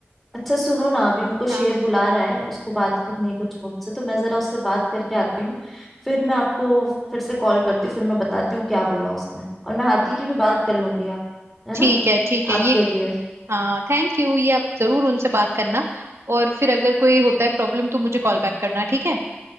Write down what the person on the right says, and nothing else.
हाँ
ठीक
है ठीक है
ये
हाँ थैंक यू ये आप जरूर उनसे बात करना और फिर अगर कोई होता है प्रॉब्लम तो मुझे कॉल बैक करना ठीक है